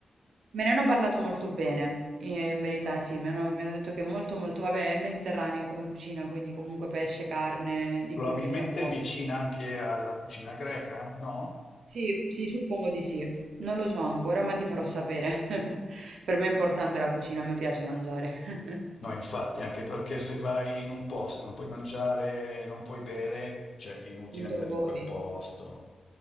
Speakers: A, on the right; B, on the left.
A: Me ne hanno parlato molto bene, eh, in verità sì, mi hanno, mi hanno detto che è molto molto, vabbè, è mediterranea come cucina, quindi comunque pesce, carne, dicono
B: probabilmente
A: che sia buono.
B: vicina anche alla cucina greca, no?
A: Sì, sì, suppongo di sì. Non lo so ancora, ma ti farò sapere. <laughs> Per me è importante la cucina, a me piace mangiare. <laughs>
B: No, infatti, anche perché se vai in un posto e non puoi mangiare, non puoi bere, cioè è inutile
A: Non
B: andare
A: te lo
B: in
A: godi,
B: quel posto.